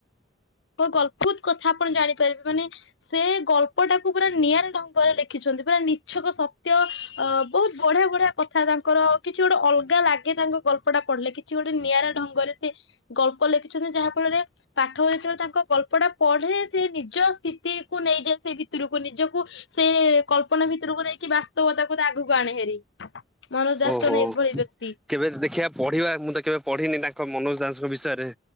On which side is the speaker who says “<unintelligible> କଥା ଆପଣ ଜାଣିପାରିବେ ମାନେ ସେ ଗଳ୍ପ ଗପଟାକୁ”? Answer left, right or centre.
Left